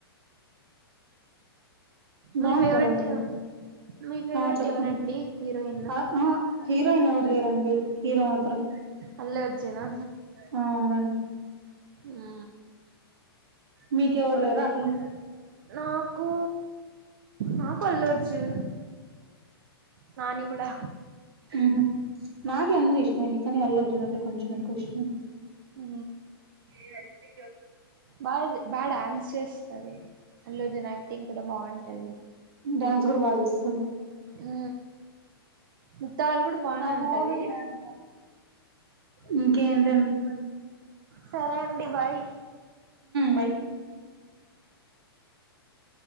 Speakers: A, on the right; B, on the right.
A: బాగుంటదండి
B: మీ ఫేవరెట్ మీ ఫేవరెట్
A: ఆ చెప్పండి
B: ఎవరండి హీరోయిన్
A: ఆ ఆ హీరోయిన్ ఎవర్లేరండి హీరో మాత్రం
B: అల్లు అర్జునా
A: ఆ అవునండి
B: ఆ
A: మీకెవరు లేరా అట్లు
B: నాకు నాకు అల్లు అర్జునే నాని కూడా
A: ఆహ నాకే అందరు ఇష్టమండి కానీ అల్లు అర్జునంటే కొంచెం ఎక్కువ ఇష్టమండి
B: అ
A: ఏ అయితే
B: బాగా బాగా డాన్స్ చేస్తారు అల్లు అర్జున్ యాక్టింగ్ కూడా బాగుంటది
A: డ్యాన్స్ కూడా బాగా చేస్తాడు
B: ఉ మిగ్తా వాళ్ళు కూడా బానే
A: నాకు
B: ఉంటది
A: ఓపిక లేదు ఇంకేంటండి
B: సరే అండి బాయ్
A: బాయ్